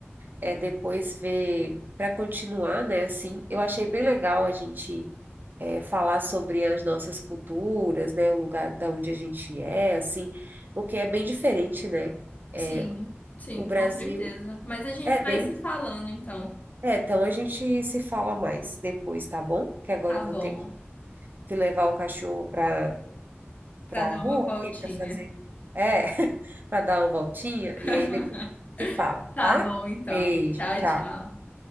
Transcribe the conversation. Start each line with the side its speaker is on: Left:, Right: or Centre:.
Right: é, depois ver para continuar, né? Assim, eu achei bem legal a gente é, falar sobre as nossas culturas, né? O lugar da onde a gente é, assim, porque é bem diferente, né? É,
Left: Sim, sim,
Right: o Brasil
Left: com certeza. Mas a gente
Right: é dentro.
Left: vai se falando então.
Right: É, então a gente se fala mais depois, tá bom? Que agora
Left: Tá
Right: eu vou
Left: bom.
Right: ter que levar o cachorro para
Left: Pra
Right: para
Left: dar
Right: a rua
Left: uma voltinha.
Right: aqui para fazer, é, <laughs> para dar uma voltinha
Left: <laughs>
Right: e aí depois se fala,
Left: Tá
Right: tá?
Left: bom então.
Right: Beijo,
Left: Tchau,
Right: tchau.
Left: tchau.